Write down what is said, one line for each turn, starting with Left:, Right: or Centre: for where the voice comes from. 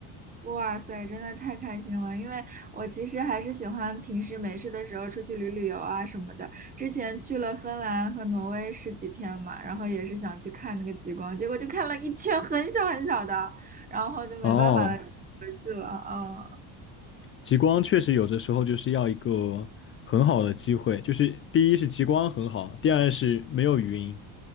Right: 哇塞，真的太开心了！因为我其实还是喜欢平时没事的时候出去旅旅游啊什么的。之前去了芬兰和挪威十几天嘛，然后也是想去看那个极光，结果就看了一圈很小很小的，然后就没办法了，
Left: 哦，
Right: 就回去了。嗯。
Left: 极光确实有的时候就是要一个很好的机会，就是第一是极光很好，第二是没有云。